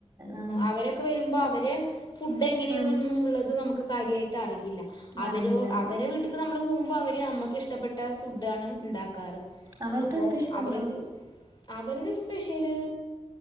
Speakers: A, on the right (about 25°); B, on the left (about 40°).
A: ആഹ്.
B: അവരൊക്കെ വരുമ്പോ അവര് ഫുഡ് എങ്ങനെയെന്നൊന്നുള്ളത്
A: ഉം
B: നമുക്ക് കാര്യായിട്ട് അറിയില്ല അവരോ
A: അറിയില്ല.
B: അവരെ
A: ഉം
B: വീട്ടിക്ക് നമ്മള് പോവുമ്പോ അവര് നമ്മക്ക് ഇഷ്ടപ്പെട്ട ഫുഡാണ് ഇണ്ടാക്കാറ്
A: അവരുടെ
B: അപ്പോ
A: സ്പെഷ്യൽ
B: അവരത്
A: എന്താ?
B: അവരുടെ സ്പെഷ്യല്.